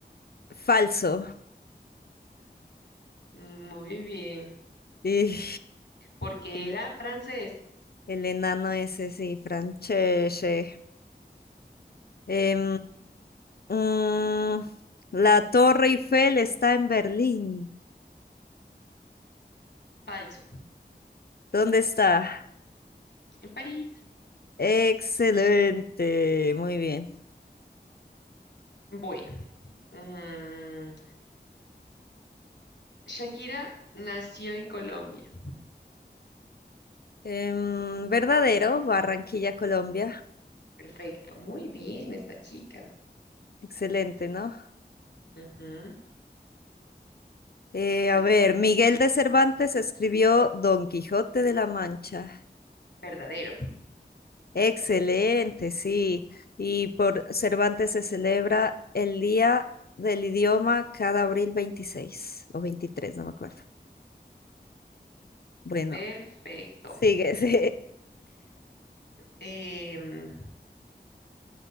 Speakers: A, on the left; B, on the left.
A: Falso.
B: Muy bien.
A: Y
B: Porque
A: el,
B: era francés.
A: el enano ese, sí, Francesche. Em, mm, la Torre Eiffel está en Berlín.
B: Falso.
A: ¿Dónde está?
B: En París.
A: Excelente, muy bien.
B: Bueno. mm, Shakira nació en Colombia.
A: Em, verdadero, Barranquilla, Colombia.
B: Perfecto. Muy bien, esta chica.
A: Excelente, ¿no?
B: Ujú.
A: Eh, a
B: Eta-
A: ver, Miguel de Cervantes escribió Don Quijote de la Mancha.
B: Verdadero.
A: Excelente, sí. Y por Cervantes se celebra el Día del Idioma cada abril 26 o 23, no me acuerdo. Bueno,
B: Perfecto.
A: sigue. <laughs> sí.
B: Em,